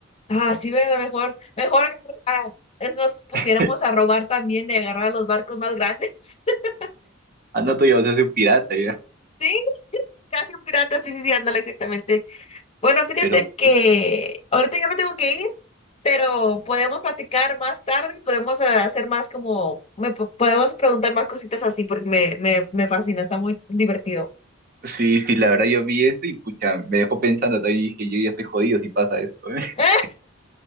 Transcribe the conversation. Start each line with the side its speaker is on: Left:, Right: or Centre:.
Left: Ah, sí, ¿verdad? Mejor, mejor ah, es- nos pusiéramos
Right: <laughs>
Left: a robar también y agarrar los barcos más grandes. <laughs>
Right: Anda tú ya vas a ser un pirata ya.
Left: Sí, casi un pirata, sí, sí, sí, ándale, exactamente. Bueno, fíjate
Right: Pero
Left: que
Right: pues,
Left: ahorita ya me tengo que ir, pero podemos platicar más tarde y podemos ah, hacer más como, me po- podemos preguntar más cositas así porque me, me, me fascina, está muy divertido.
Right: sí, sí, la verdad yo vi esto y pucha, me dejó pensando, todavía dije, yo ya estoy jodido si pasa esto, ¿eh? <laughs>
Left: <laughs>